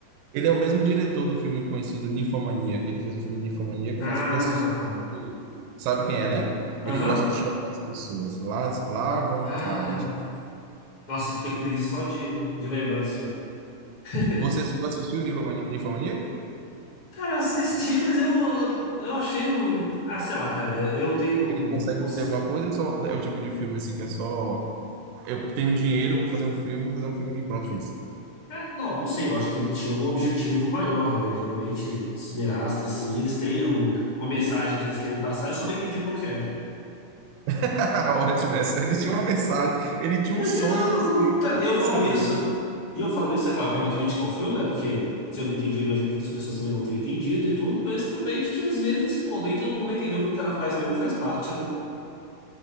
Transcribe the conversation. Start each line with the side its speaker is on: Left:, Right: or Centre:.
Right: Ele é o mesmo diretor do filme conhecido Ninfomania, que ele fez o filme Ninfomaníaca,
Left: Ah,
Right: mas o que eu assisti
Left: tá.
Right: foi... Sabe quem é, né?
Left: Aham.
Right: Ele gosta de chocar as pessoas. Lars, Lars von
Left: Ah.
Right: Trier.
Left: Nossa, eu fiquei com preguiça só de, de lembrar desse filme. <laughs>
Right: Você chegou a assistir o Ninfomani- Ninfomaníaca?
Left: Cara, eu assisti, mas eu, eu achei o. Ah, sei lá, cara. Eu tenho
Right: Ele consegue
Left: os.
Right: dizer alguma coisa, só é o tipo de filme assim que é só eu tenho dinheiro, vou fazer um filme, vou fazer um filme que pronto, fiz.
Left: Ah, não, não sei, eu acho que ele tinha algum objetivo maior, né? Geralmente, cineastas, assim, eles têm um- uma mensagem que eles querem passar, eu só não entendi qual que era.
Right: <laughs> Ótimo essa. Ele tinha uma mensagem, ele tinha
Left: Eu
Right: um sonho,
Left: disse, não,
Right: um script
Left: não. Cara,
Right: e uma
Left: eu
Right: mensagem.
Left: falo isso, e eu falo isso, é claro que é uma crítica ao filme, né? Porque se eu não entendi, eu imagino que outras pessoas também não tenham entendido e tudo, mas também de que às vezes, pô, nem todo mundo vai entender o que o cara faz mesmo e faz parte, né?